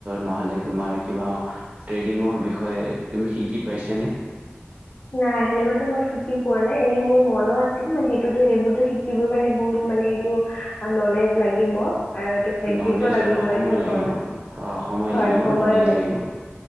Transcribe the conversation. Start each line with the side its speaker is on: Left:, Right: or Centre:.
Right: নহ'লে তোমাৰ কিবা ট্ৰেডিঙৰ বিষয়ে তুমি শিকি পাইছ নে?
Left: নাই সেনেকুৱাতো মই শিকি পোৱা নাই এনেই মোৰ মনো আছে। মান সেইটোতো সেইবোৰতো শিক শিকিব কাৰণে বহুত মানে এইটো নলেজ লাগিব আৰু এইটো প্ৰেক্টিচো
Right: নলেজ
Left: লাগিব
Right: আৰু সময়
Left: এইটো
Right: লাগিব
Left: হয়
Right: অ 'সময়
Left: হয়
Right: লাগিব
Left: সময়ো
Right: নলেজ লাগিব